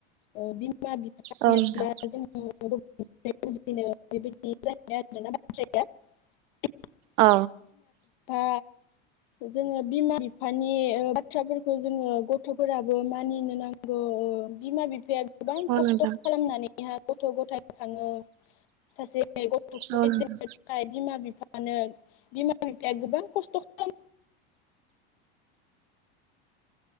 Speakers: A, on the left; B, on the right.
A: अ बि <unintelligible>
B: औ नोंथां
A: <unintelligible> <unintelligible>
B: अ
A: ओ जोङो बिमा बिफानि ओ बाथ्राफोरखौ जोङो गथ'फोराबो मानिनो नांगौ ओ बिमा बिफाया गोबां
B: औ
A: खस्त'
B: नोंथां
A: खालामनानैहा गथ' गथाय खाङो सासे <unintelligible>
B: औ नोंथां
A: बिमा बिफा <unintelligible> बिमा बिफाया गोबां खस्त' <unintelligible>